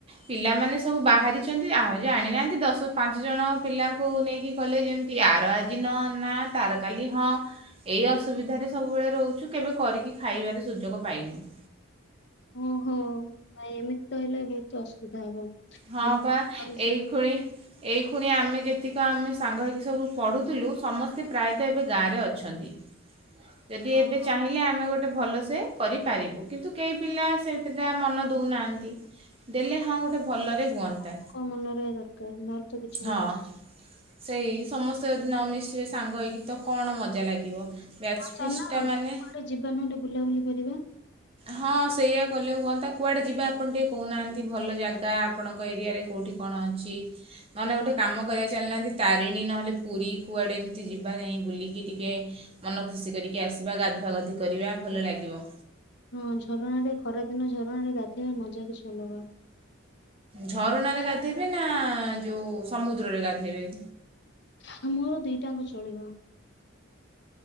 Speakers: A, on the right; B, on the left.
A: ପିଲାମାନେ ସବୁ ବାହାରିଛନ୍ତି ଆଉ ଜାଣିନାହାନ୍ତି ଦଶ ପାଞ୍ଚ ଜଣ ପିଲାଙ୍କୁ ନେଇକି କଲେ ଜେମ ଆର ଆଜି ନ ନାଁ ତାର କାଲି ହଁ। ଏଇ ଅସୁବିଧାରେ ସବୁବେଳେ ରହୁଛୁ କେବେ କରିକି ଖାଇବାରେ ସୁଯୋଗ ପାଇନୁ।
B: ଓ ହୋ ଭାଇ ଏମିତି ତ ହେଲେ ବହୁତ୍ ଅସୁବିଧା ହବ।
A: ହଁ
B: ସମସ୍ତଙ୍କ
A: ପା
B: ମନ ମିଶିବା
A: ଏଇଖୁଣୀ ଏଇ ଖୁଣି ଆମେ ଯେତିକ ଆମେ ସାଙ୍ଗ ହେଇକି ସବୁ ପଢ଼ୁଥିଲୁ ସମସ୍ତେ ପ୍ରାୟତଃ ଏବେ ଗାଁରେ ଅଛନ୍ତି। ଯଦି
B: ଦରକାର।
A: ଏବେ ଚାହିଁ ଲେ ଆମେ ଗୋଟେ ଭଲ ସେ କରିପାରିବୁ କିନ୍ତୁ କେହି ପିଲା ସେତଟା ମନ ଦଉନାହାନ୍ତି ଦେଲେ ହଁ ଗୋଟେ ଭଲରେ ହୁଅନ୍ତା
B: ସମସ୍ତଙ୍କ ମନରେ ଦରକାର ନହେଲେ ତ କିଛି ବି
A: ହଁ। ସେଇ ସମସ୍ତେ ଯଦି ନ ମିିଶିବେ ସାଙ୍ଗ ହେଇକି ତ କଣ ମଜା ଲାଗିବ। ବ୍ୟାଚ୍
B: ଆଉ
A: ଫିଷ୍ଟ୍
B: ଚାଲୁନ
A: ଟା
B: ରଜରେ
A: ମାନେ?
B: କୁଆଡେ ଯିବା ନହେଲେ ବୁଲାବୁଲି କରିବା।
A: ହଁ ସେଇଆ କଲେ ହୁଅନ୍ତା କୁଆଡ଼େ ଯିବା ଆପଣ ଟିକେ କହୁନାହାଁନ୍ତି ଭଲ ଜାଗା ଆ ଆପଣଙ୍କ ଏରିଆରେ କୋଉଠି କଣ ଅଛି। ନ ହେଲେ ଗୋଟେ କାମ କରିବା ଚାଲୁ ନାହାଁନ୍ତି ତାରିଣୀ ନ ହେଲେ ପୁରୀ କୁଆଡ଼େ ଏମିତି ଯିବା ଯାଇଁ ବୁଲିକି ଟିକେ ମନ ଖୁସି କରିକି ଆସିବା ଗାଧୁଆ ଗାଧି କରିବା ଭଲ ଲାଗିବ।
B: ହଁ ଝରଣା ରେ ଖରା ଦିନ ଝରଣା ରେ ଗାଧେଇବା ମଜା କିଛି ଅଲଗା।
A: ଝରଣା ରେ ଗାଧେଇବେ ନା ଯୋଉ ସମୁଦ୍ର ରେ ଗାଧେଇବେ?
B: ହଁ ମୋର ଦିଟା ଙ୍କ ଚଳିବ।